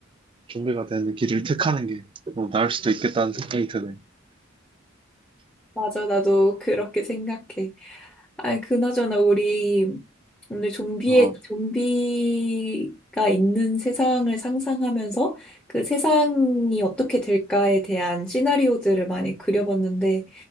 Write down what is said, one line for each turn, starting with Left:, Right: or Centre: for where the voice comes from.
Right: 준비가 되는 길을 택하는 게 어, 나을 수도 있겠다는 생각이 드네.
Centre: 맞아, 나도 그렇게 생각해. 아, 그나저나 우리 오늘 좀비의
Right: 어,
Centre: 좀비가 있는 세상을 상상하면서 그 세상이 어떻게 될까에 대한 시나리오들을 많이 그려봤는데